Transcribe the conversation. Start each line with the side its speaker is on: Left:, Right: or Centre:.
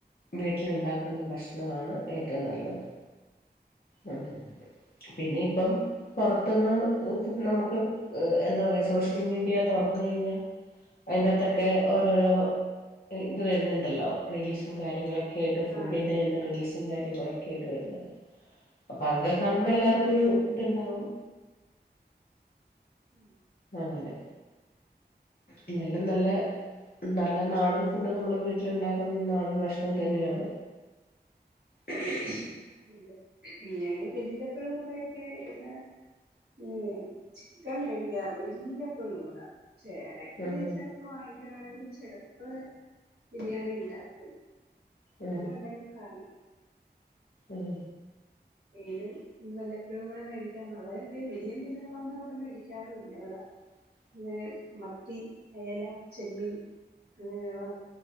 Left: വീട്ടില്ണ്ടാക്ക്ണ ഭക്ഷണമാണ് ഏറ്റവും നല്ലത് ഉം ഉം പിന്നെ ഇപ്പം പുറത്ത്ന്ന് ഫു നമുക്ക് എന്താ പറയാ സോഷ്യൽ മീഡിയ തുറന്ന് കഴിഞ്ഞാ അയ്ന്റെകത്തൊക്കെ ഓരോരോ ഇത് വരുന്നുണ്ടല്ലോ റീൽസും കാര്യങ്ങളൊക്കെ കേട്ട ഫുഡിന്റെന്നെ
Right: ആ അതെ അതെ അതെ
Left: റീൽസ് സും കാര്യങ്ങളൊക്കെ ആയിട്ട് വരുന്നത് അപ്പൊ അതൊക്കെ കാണുമ്പോ എല്ലാർക്കും ഒരു ഇത് ഇണ്ടാവും
Right: ഉം
Left: അങ്ങനെ എന്തായാലും
Right: ഉം
Left: നല്ലേ നല്ല നാടൻ ഫുഡ് നമ്മള് വീട്ടില് ഇണ്ടാക്കുന്ന നാടൻ ഭക്ഷണം തന്നെയാണ് ഇ
Right: അതെ ഞങ്ങള് വലപ്പോഴും കൂടെ ഒക്കെ ഇവടെ ഉം ചിക്കൻ മേടിക്കാറ് വല്ലപ്പോഴും കൂടെ ചേട ഇക്ക്
Left: ഉം
Right: ചെലപ്പ വാങ്ങിക്കണെങ്കി ചെലപ്പളെ ബിരിയാണി ഇണ്ടാക്കും
Left: ഉം
Right: <unintelligible> ഇണ്ടങ്കി കറി
Left: ഉം
Right: മീനും വല്ലപ്പോഴും കൂടെ മേടിക്കാറുള്ളത് വെല്യേ മീനുകളൊന്നും ഇവിടെ മേടിക്കാറുല്ല ഇവടെ
Left: ഉ
Right: പിന്നെ മത്തി അയല, ചെമ്മീൻ അങ്ങനെയുള്ള